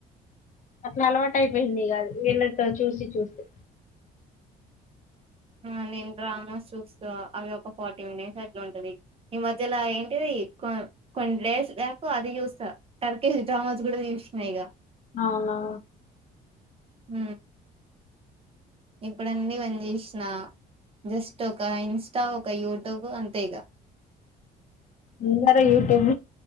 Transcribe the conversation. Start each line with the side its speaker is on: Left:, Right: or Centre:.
Left: అట్లా అలవాటు అయిపోయింది కాదు వీళ్ళతో చూసి చూస్తే
Right: ఆ నేను డ్రామాస్ చూస్తా అవి ఒక ఫార్టీ మినిట్స్ అట్లా ఉంటది ఈ మధ్యలా ఏంటిది కొ కొన్ని డేస్ లేకు అది చూస్తా టర్కేజ డ్రామాస్ కూడా చూసినాయిక
Left: అవునా
Right: ఉ ఇప్పుడన్నీ పని చేసిన జస్ట్ ఒక ఇన్స్టా ఒక యూట్యూబ్ అంతే ఇక
Left: అందరు యూట్యూబ్